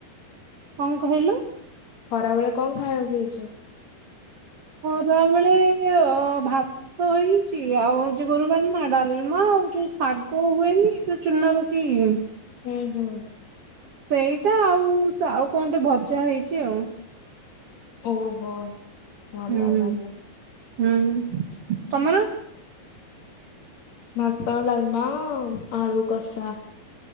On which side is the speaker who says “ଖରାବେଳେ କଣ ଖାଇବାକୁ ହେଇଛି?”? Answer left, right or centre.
Left